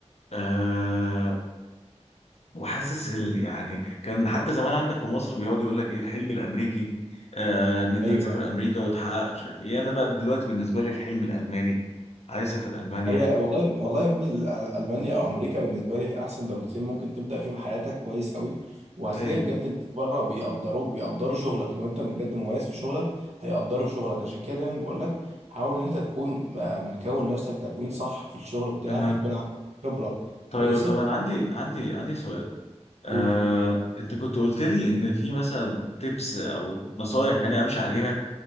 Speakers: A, on the left (about 65°); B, on the right (about 70°).
A: آه وحاسس ال... يعني كان حتى زمان عندك في مصر بيقعد يقول لك ايه الحلم الامريكي آه ان انت
B: ايوه
A: تسافر امريكا وتحقق مش عارف ايه انا بقى دلوقتي بالنسبه لي الحلم الالماني عايز اسافر المانيا
B: هي والله والله يا ابني ال- ألمانيا أو أمريكا بالنسبة لي هي أحسن دولتين ممكن تبدأ فيهم حياتك كويس قوي وهتلاقي
A: ايه
B: بجد الناس بره بيقدروك بيقدروا شغلك لو أنت بجد مميز في شغلك هيقدروا شغلك عشان كده دايما بقول لك حاول إن أنت تكون آه، مكون نفسك تكوين صح في الشغل بتاعك
A: أها.
B: يكون عندك خبرة
A: طيب
B: كويسة
A: طب انا عندي عندي عندي سؤال آه
B: قول
A: انت كنت قلت لي ان في مثلا تيبس او نصايح يعني امشي عليها